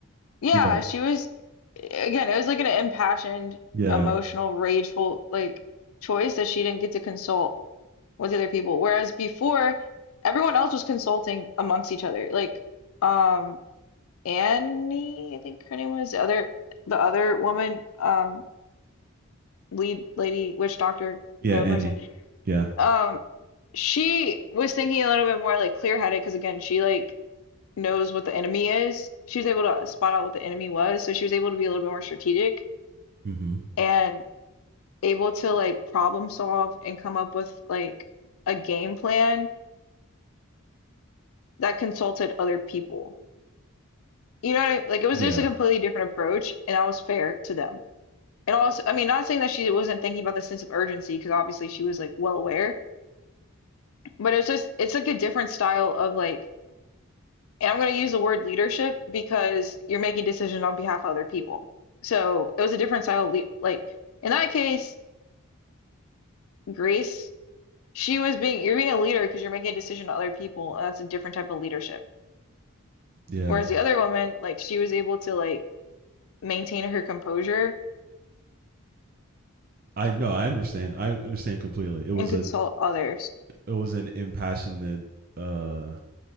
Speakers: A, on the left (about 75°); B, on the right (about 40°).
A: Yeah,
B: Yeah.
A: she was again, it was like an impassioned,
B: Yeah.
A: emotional, rageful like choice that she didn't get to consult with the other people. Whereas before, everyone else was consulting amongst each other. Like um Annie, I think her name was the other the other woman, um, lead lady, witch doctor
B: Yeah,
A: type
B: Annie.
A: of person.
B: Yeah.
A: Um, she was thinking a little bit more like clear-headed because again, she like knows what the enemy is. She was able to spot out what the enemy was, so she was able to be a little bit more strategic
B: Mm-hmm.
A: and able to like problem solve and come up with like a game plan that consulted other people. You know what I, like it was
B: Yeah.
A: just a completely different approach, and that was fair to them. And also, I mean, not saying that she wasn't thinking about the sense of urgency, because obviously she was like well aware, but it's just, it's like a different style of like, and I'm going to use the word leadership because you're making decisions on behalf of other people. So it was a different style. le like in that case, Grace, she was being, you're being a leader because you're making a decision on other people, and that's a different type of leadership.
B: Yeah.
A: Whereas the other woman, like she was able to like maintain her composure
B: I know, I understand. I understand completely. It was
A: and consult
B: a
A: others.
B: it was an impassionate uh